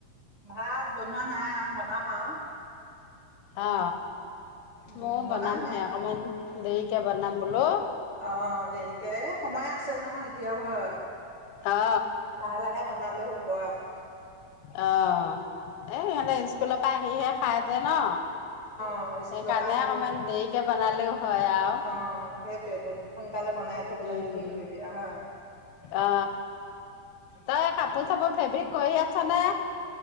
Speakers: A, on the right; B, on the left.
A: ভাত বনোৱা নাই আ বনাম আওঁ।
B: অ মই
A: উম বনামহে
B: বনাম হে অকমান দেৰিকে বনাম হ্লো
A: অ দেৰিকে সময় আছে নহয় এতিয়া, হয়
B: অ
A: লাহে লাহে। বনালেও হ'ব আৰু
B: আহ এ সিহঁতে স্কুলৰ পৰা আহিহে। খাইজে ন
A: অ স্কুলৰ
B: সেইকাৰণে
A: পৰা আহি,
B: অকমান দেৰিকে বনালেও হয় আৰু
A: অ সেইটোৱেইটো সোনকালে বনাই থৈপেলাইনো
B: উম
A: কি কৰিবি হা।
B: অ তই কাপোৰ চাপোৰ ফেব্ৰিক কৰি আছ নে